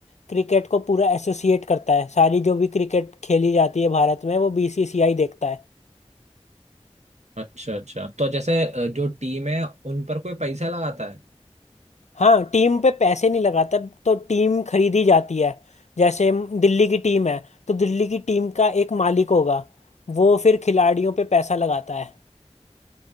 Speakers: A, on the left; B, on the right.
A: क्रिकेट को पूरा एसोसिएट करता है सारी जो भी क्रिकेट खेली जाती है भारत में वो बीसीसीआई देखता है
B: अच्छा अच्छा तो जैसे अ, जो टीम है उन पर कोई पैसा लगाता है
A: हाँ टीम पे पैसे नहीं लगाता तो टीम खरीदी जाती है जैसे दिल्ली की टीम है तो दिल्ली की टीम का एक मालिक होगा वो फिर खिलाड़ियों पे पैसा लगाता है